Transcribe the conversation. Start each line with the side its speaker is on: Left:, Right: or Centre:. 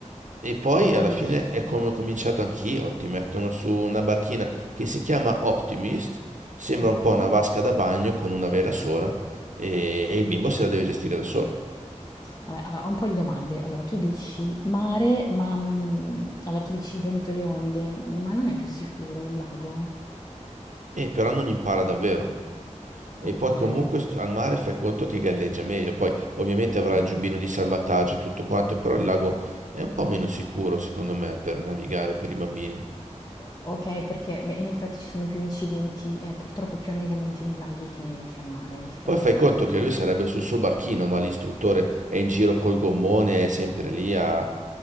Right: e poi
Left: io ho
Right: alla
Left: visto
Right: fine è come
Left: eh,
Right: ho cominciato anch'io, ti mettono su una barchina che si chiama Optimist, sembra
Left: okay.
Right: un po' una vasca da bagno con una vela sola e, e il bimbo se la deve gestire da solo.
Left: Vabbè, allora, ho un po' di domande. Allora, tu dici mare, ma, mhmm, allora tu dici il vento e le onde, ma non è più sicuro il lago?
Right: E però non impara davvero. E
Left: Okay.
Right: poi comunque al mare fai conto che galleggia meglio, poi ovviamente avrà
Left: Ah,
Right: il giubbino
Left: va.
Right: di salvataggio e tutto quanto, però il lago è un po' meno sicuro secondo me per navigare per i bambini.
Left: Ok, perché beh, in effetti ci sono più incidenti e purtroppo più annegamenti nei laghi che, che al mare, in effetti,
Right: Poi fai conto
Left: hai ragione.
Right: che lui sarebbe sul suo barchino, ma l'istruttore è in giro col gommone, è sempre lì a